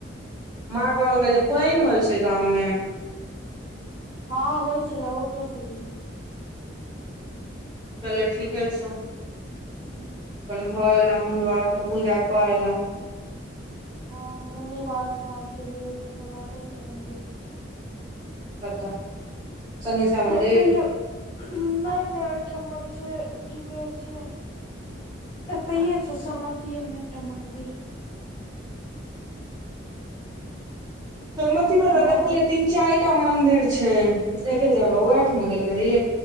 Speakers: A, on the right; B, on the left.
A: माँ कहलके कि जे पाइन होइ छै गाम में।
B: हँ होइ छलै ओटो से गेलै।
A: चल ठीके छै।
B: हूं।
A: अपन भऽ एलैं मोन बाबा के पूजा क एलैं।
B: हँ मुन्नि बाब स्थान गेलियै, तकर बाद एठमन गेलियै।
A: कतऽ। सनेशा मंदिर
B: एतहियै नै-नै, अहिठाम छै कि कहै छै। एतेेहियै छै, सोनमति में एकटा मंदिर।
A: सोनमती में
B: महादेव
A: तऽ देखलियै तीन, चारिटा मन्दिर छै। <unintelligible> उहे
B: हँ
A: ठमा गेल रही